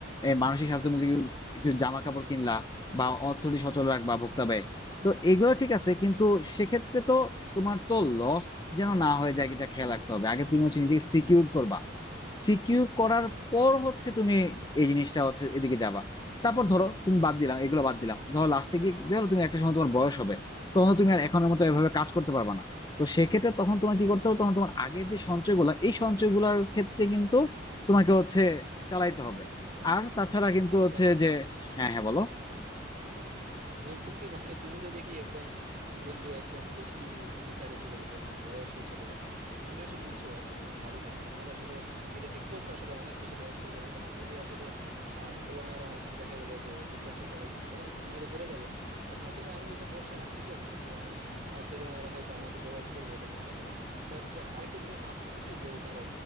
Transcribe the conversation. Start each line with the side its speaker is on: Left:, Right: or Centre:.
Left: এই মানসিক স্বাস্থ্য তুমি কিছু কিছু জামা কাপড় কিনলা বা অর্থনীতি সচল রাখবা ভোক্তা ব্যয় তো এগুলো ঠিক আছে কিন্তু সেক্ষেত্রে তো তোমার তো লস যেন না হয়ে যায় এটা খেয়াল রাখতে হবে আগে তুমি হচ্ছে নিজেকে সিকিউর করবা সিকিউর করার পর হচ্ছে তুমি এই জিনিসটা হচ্ছে এদিকে যাবা তারপর ধরো তুমি বাদ দিলাম
Right: হুম,
Left: এগুলো
Right: হুম।
Left: বাদ দিলাম ধরো লাস্টে গিয়ে ধরো তুমি একটা সময় তোমার বয়স হবে তখন তো তুমি আর এখনের মতো এভাবে কাজ করতে পারবা না তো সেক্ষেত্রে তখন তোমার কি করতে হবে তখন তোমার আগের যে সঞ্চয়গুলা এই সঞ্চয়গুলার ক্ষেত্রে কিন্তু তোমাকে হচ্ছে চালাইতে হবে আর তাছাড়া কিন্তু
Right: আচ্ছা
Left: হচ্ছে
Right: আচ্ছা
Left: যে হ্যাঁ হ্যাঁ বলো
Right: বলতেছি মানে তুমি তো দেখি একদম বন্ধু একদম বেশি ফিউচারে চলে গেছো একদম বয়সে চলে গেছো আমি আসলে বুঝছো অতটুক ভাবি না আর কি আমার আসলে এটা ঠিক বলছো আসলে অনেক বেশি বয়স হয়ে যাবে তখন যদি আসলে আহ পোলামায়েরা দেখা গেল যে বৃদ্ধাশ্রমে পাঠিয়ে দিছে তখন একটু বিপদে পড়ে যাব বাট আসলে আমি ওইটা ভরসা রাখতেছি আর কি যে আমার ছেলে মেয়েরা হয়তো আমাকে প্রোভাইড করবে ওটা চিন্তা করে বাট আরেকটা জিনিস ভাবতেছি কি যে ধরো